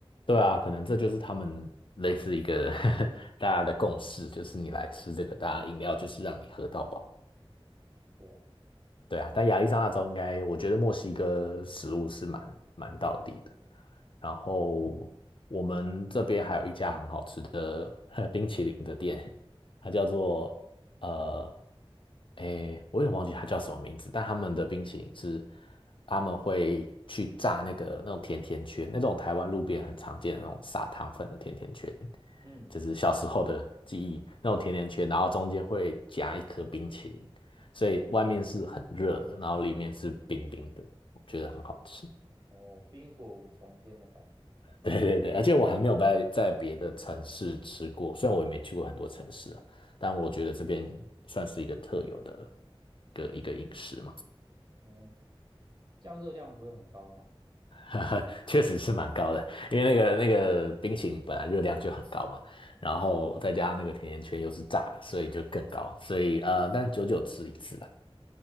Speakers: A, on the left; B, on the right.
A: 对啊，可能这就是他们类似一个 <laughs> 大家的共识，就是你来吃这个，大家饮料就是让你喝到饱。
B: 对啊
A: 对啊，但亚利桑那州应该，我觉得墨西哥食物是蛮蛮道地的。然后我们这边还有一家很好吃的呃 <laughs> 冰淇淋的店，它叫做呃，诶，我也忘记它叫什么名字，但他们的冰淇淋是他们会去炸那个那种甜甜圈，那种台湾路边很常见的那种撒糖粉的甜甜圈，
B: 嗯，
A: 就是小时候的记忆那种甜甜圈，然后中间会夹一颗冰淇淋。所以外面是很热的，然后里面是冰冰的，我觉得很好吃。
B: 哦，冰火五重天的感觉，
A: <laughs> 对对对，而且我还没有在在别的城市吃过，虽然我也没去过很多城市啊，但我觉得这边算是一个特有的一个一个饮食嘛，
B: 嗯，这样热量不会很高吗？
A: <laughs> 确实是蛮高的，因为那个那个冰淇淋本来热量就很高嘛，然后再加上那个甜甜圈又是炸的，所以就更高，所以呃，但久久吃一次啦。